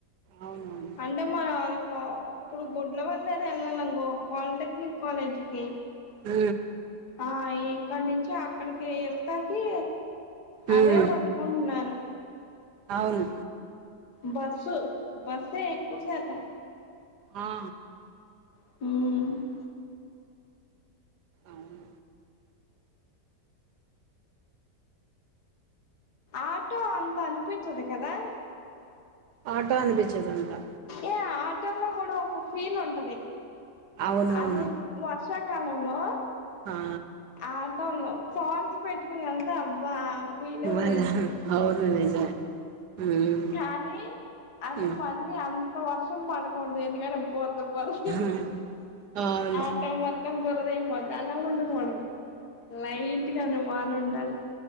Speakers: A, on the right; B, on the left.
A: అవునవును
B: అంటే మనం వాళ్ళకో ఇప్పుడు గుడ్ల వాళ్ళారు ఎళ్ళాలంగో పాలిటెక్నిక్ కాలేజీకి.
A: ఊ
B: ఆ ఇక్కడి నుంచి అక్కడికి ఎళ్తాకీ అవ్వే
A: ఉమ్,
B: పట్టుకుంటున్నారు.
A: అవును
B: బస్సు బస్సే ఎక్కువ శాతం
A: ఆ
B: హ్ము
A: అవును
B: ఆటో అంత అనిపిచ్చదు కదా.
A: ఆటో అనిపిచ్చదు ఇంకా
B: ఏ ఆటోలో కూడా ఒక ఫీల్ ఉంటది.
A: అవునవును
B: అది వర్షా కాలం లో
A: హా
B: ఆటోలో సాంగ్స్ పెట్టుకుని ఎళ్తే అబ్బా. ఫీలే
A: ఇవ్వాల
B: వేరు
A: అవును నిజమే హ్మ్
B: కానీ అది
A: హ్మ్
B: మ. రి అంత వర్షం పడకూడదు ఎందుకంటె బుర్ద బుర్ద.
A: హ్మ్ అవును
B: ఆ టైం మొత్తం బురద ఐ పోద్ది అలా ఉండకూడదు. లైట్గాను వాన ఉండాలి